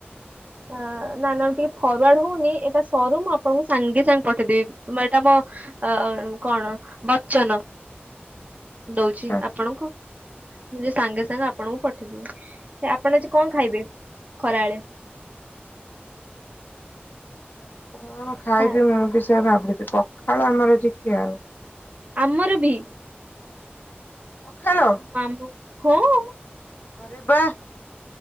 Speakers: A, on the right; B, on the left.
A: ଆ ନା ନା ଟିକେ ଫରୱାର୍ଡ ହଉନି ଏଇଟା ସରୁ ମୁଁ ଆପଣଙ୍କୁ ସାଙ୍ଗେ ସଙ୍ଗେ ପଠେଇଦେବି ଏଇଟା ମ ଅ ଅ କଣ ବଚ୍ଚନ। ଦଉଛି
B: ଆଚ୍ଛା
A: ଆପଣଙ୍କୁ? ମୁଁ ଯେ ସାଙ୍ଗେ ସାଙ୍ଗେ ଆପଣଙ୍କୁ ପଠେଇଦେବି ଯେ ଆପଣ ଆଜି କଣ ଖାଇବେ ଖରାଏଳେ?
B: କଣ ଖାଇବି
A: ଆ,
B: ମୁଁ ବି ସେୟା ଭାବୁଛି ପଖାଳ ଆମର ଆଜି ଖିଆହବ।
A: ଆମର ବି।
B: ପଖାଳ।
A: ନାମ ହଁଅ।
B: ଆରେ ବାଃ।